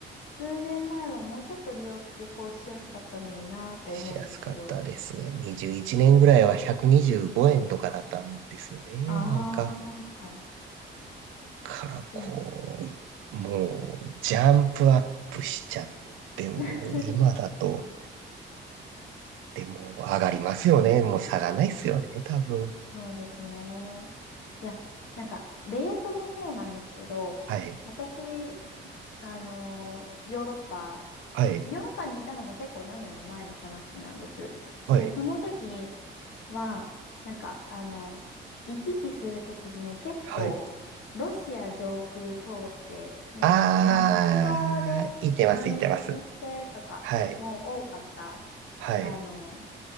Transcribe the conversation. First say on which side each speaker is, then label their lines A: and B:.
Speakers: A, on the left; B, on the right.
A: 数年前はもうちょっと利用、旅行しやすかったのになぁと思うんですけど。
B: しやすかったです。21年ぐらいは125円とかだったんですよね。
A: ああ、
B: なんか、
A: そうか。
B: からこ
A: で、
B: う、もう、ジャンプアップしちゃってもう、
A: <laughs>
B: 今だと、でも、上がりますよね。もう下がらないっすよね、多分。
A: そうですね。いや、なんか、レートもそうなんですけど、
B: はい。
A: 私、あのーヨーロッパ
B: はい。
A: ヨーロッパにいたのも結構何年も前の話なんです。
B: はい。
A: で、その時は、なんか、あの、行き来する時に結構、
B: はい。
A: ロシア上空通って、あの、
B: あー、
A: モスクワで
B: いてます、
A: 乗り継ぎしてとかも多かった、
B: いてます。はい。はい。
A: あの、